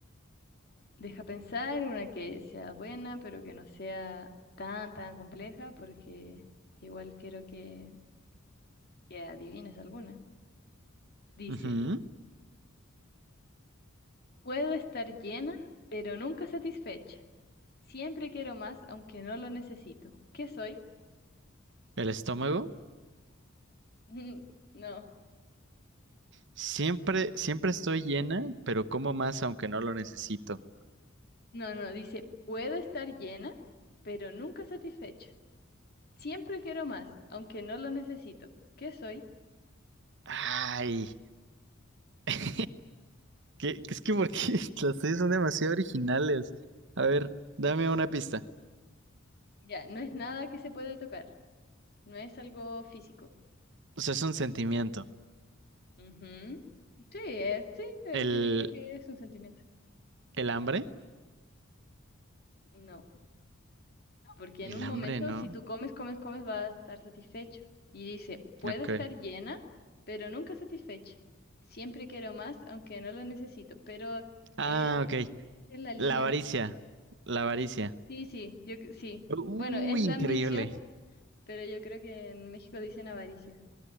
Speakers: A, on the left; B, on the right.
A: Deja pensar una que sea buena, pero que no sea tan, tan compleja, porque igual quiero que, que adivines alguna. Dice:
B: Ujú.
A: Puedo estar llena, pero nunca satisfecha. Siempre quiero más, aunque no lo necesito. ¿Qué soy?
B: El estómago.
A: <laughs> No,
B: Siempre, siempre estoy llena, pero como más aunque no lo necesito.
A: no, no. Dice: Puedo estar llena, pero nunca satisfecha. Siempre quiero más, aunque no lo necesito. ¿Qué soy?
B: Ay. <laughs> ¿Qué- Es que porque <laughs> las tuyas son demasiado originales. A ver, dame una pista.
A: Ya, no es nada que se puede tocar, no es algo físico.
B: O sea, es un sentimiento.
A: Ujú. Sí, es, sí, eh,
B: ¿El,
A: yo diría que es un sentimiento.
B: el hambre?
A: No, no, porque
B: El
A: en un
B: hambre,
A: momento
B: no.
A: si tú comes, comes, comes, vas a estar satisfecho. Y dice, puedo
B: Ok.
A: estar llena, pero nunca satisfecha. Siempre quiero más, aunque no lo necesito, pero
B: Ah,
A: eh,
B: ok.
A: es en la línea
B: La avaricia.
A: de los sentimientos.
B: La avaricia.
A: Sí, sí, yo cre- sí.
B: Uy,
A: Bueno, es la
B: increíble.
A: ambición, pero yo creo que en México dicen avaricia.